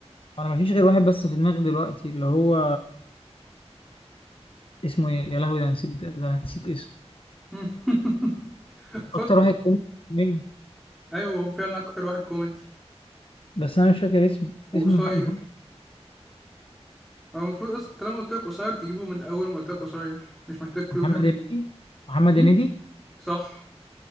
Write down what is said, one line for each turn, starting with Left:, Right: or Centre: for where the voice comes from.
Left: أنا مفيش غير واحد بس في دماغي دلوقتي اللي هو اسمه إيه يا لهوي ده أنا نسيت ده أنا نسيت اسمه
Centre: <laughs> فكر
Left: أكتر واحد كوميدي مين؟
Centre: أيوه هو فعلا أكتر واحد كوميدي
Left: بس أنا مش فاكر اسمه
Centre: وقصير
Left: اسمه مح- محمد
Centre: هو المفروض أصلا طالما قلت لك قصير تجيبه من أول ما قلت لك قصير مش محتاج كلو
Left: محمد
Centre: كمان
Left: هنيدي محمد
Centre: مين؟
Left: هنيدي
Centre: صح